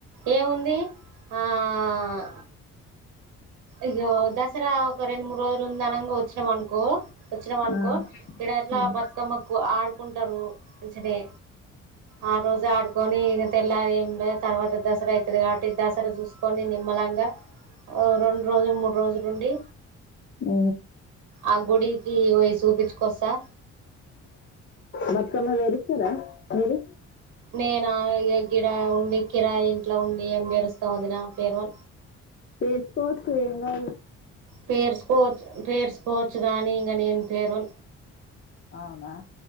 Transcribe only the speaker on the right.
ఏముంది ఆ ఆ ఇగో దసరా ఒక రెండు మూడు రోజులు ఉంద అనంగా వచ్చినాం అనుకో వచ్చినాం అనుకో
ఇక్కడట్లా బతుకమ్మకు ఆడుకుంటారు మంచి గానే ఆ రోజు ఆడుకొని ఇంక తెల్లాల ఏం లేదు తర్వాత దసరా అవుతుది, కాబట్టి దసరా చూసుకొని నిమలంగా రెండు రోజులు మూడు రోజులు ఉండి
ఆ గుడికి పోయి చూపించుకొస్తా
నేనా గిడ ఉండి కిరాయి ఇంట్లో ఉండి ఏం పేరుస్తాం వదిన పేరువా
పేర్సకోవచ్చు, పేర్సకోవచ్చు కానీ ఇంక నేను పేరువ